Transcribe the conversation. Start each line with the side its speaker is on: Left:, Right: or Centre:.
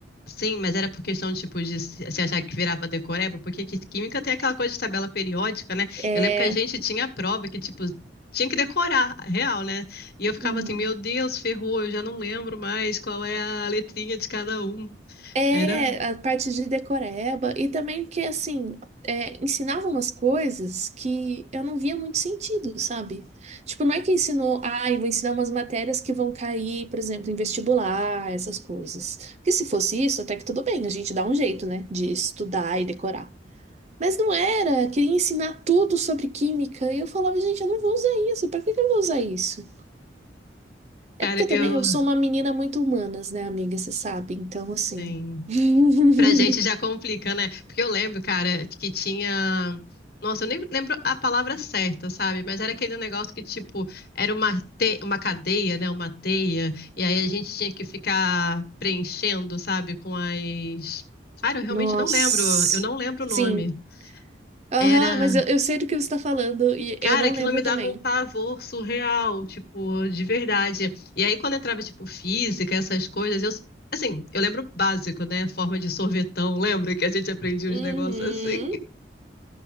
Left: Sim, mas era por questão, tipo, de se se achar que virava decoreba, porque que- química tem aquela coisa de tabela periódica, né?
Right: É.
Left: Eu lembro que a gente tinha a prova que, tipo, tinha que decorar, real, né? E eu ficava
Right: uhum.
Left: assim, meu Deus, ferrou, eu já não lembro mais qual é a letrinha de cada um.
Right: É,
Left: Era,
Right: a parte de decoreba, e também que, assim, é, ensinava umas coisas que eu não via muito sentido, sabe? Tipo, não é que ensinou, ai, vou ensinar umas matérias que vão cair, por exemplo, em vestibular, essas coisas. Porque se fosse isso, até que tudo bem, a gente dá um jeito, né, de estudar e decorar. Mas não era, queria ensinar tudo sobre química, e eu falava, gente, eu não vou usar isso, pra que que eu vou usar isso? É
Left: cara,
Right: porque também
Left: eu,
Right: eu sou uma menina muito humanas, né, amiga, você sabe, então, assim...
Left: sim.
Right: <laughs>
Left: Pra gente já complica, né? Porque eu lembro, cara, que tinha. Nossa, eu nem lembro a palavra certa, sabe? Mas era aquele negócio que, tipo, era uma, te... uma cadeia, né? Uma teia. E aí a gente tinha que ficar preenchendo, sabe? Com as. Cara, eu realmente
Right: Nossa.
Left: não lembro. Eu não lembro
Right: Sim.
Left: o nome.
Right: Aham,
Left: Era.
Right: mas eu, eu sei do que você está falando e
Left: Cara,
Right: eu não
Left: aquilo
Right: lembro
Left: me dava
Right: também.
Left: um pavor surreal, tipo, de verdade. E aí, quando entrava, tipo, física, essas coisas, eu, assim, eu lembro o básico, né? Forma de sorvetão, <laughs> lembra que a gente aprendia
Right: Uhum.
Left: uns negócios assim?